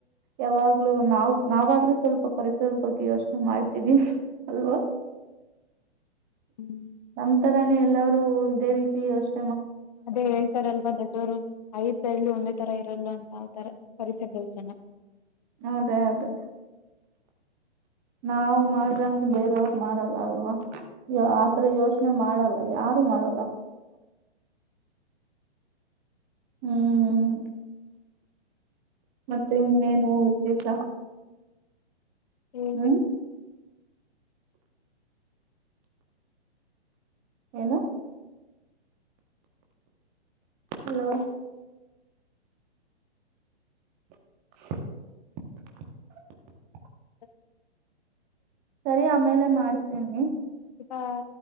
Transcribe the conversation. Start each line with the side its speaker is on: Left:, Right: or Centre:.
Right: ಯಾವಾಗ್ಲೂ ನಾವ್ ನಾವಾದ್ರೂ ಸ್ವಲ್ಪ ಪರಿಸರದ ಬಗ್ಗೆ ಯೋಚನೆ ಮಾಡ್ತಿವಿ ಅಲ್ವಾ
Left: ಹ್ಮ್
Right: ನಂತರಾನೇ ಎಲ್ಲಾರೂ ಇದೇ ರೀತಿ ಅಷ್ಟು
Left: ಅದೇ ಹೇಳ್ತಾರಲ್ವಾ ದೊಡ್ಡವರು ಐದ ಬೆಳ್ಳು ಒಂದೇ ತರ ಇರಲ್ಲ ಅಂತ ಆ ತರ ಕಸಿ ದ್ದಲ್ ಜನ
Right: ಅದೇ ಅದೇ ನಾವು ಮಾಡ್ದಂಗ್ ಬೇರೆಯವ್ರ್ ಮಾಡಲ್ಲ ಅಲ್ವಾ ಯ ಆತರ ಯೋಚನೆ ಮಾಡಲ್ಲ ಯಾರು ಮಾಡಲ್ಲ ಹ್ಮ್ ಮತ್ತೆ ಇನ್ನೇನು ವಿಶೇಷ
Left: <inaudible> ಹೇಳ್ಬೇಕು
Right: ಹ್ಮ್ ಏನು ಹಲೋ <unintelligible>
Left: <unintelligible>
Right: ಸರಿ ಆಮೇಲೆ ಮಾಡ್ತೀನಿ
Left: ಹಾಯ್